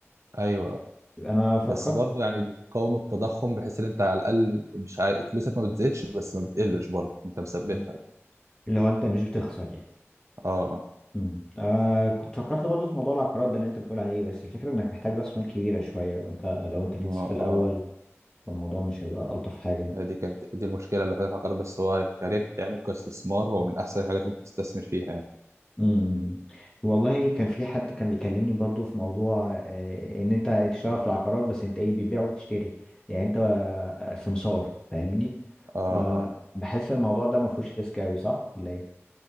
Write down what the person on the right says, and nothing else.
أيوه
بس برضه يعني بتقاوم التضخم بحيث إن أنت على الأقل مش عاي... فلوسك ما بتزيدش بس ما بتقلش برضه أنت مثبتها
أه أه.
ما
أه
هي دي كانت دي المشكلة الوحيدة في العقارات بس هو كربح يعني وكاستثمار هو من أحسن الحاجات اللي ممكن تستثمر فيها يعني
أه
أه.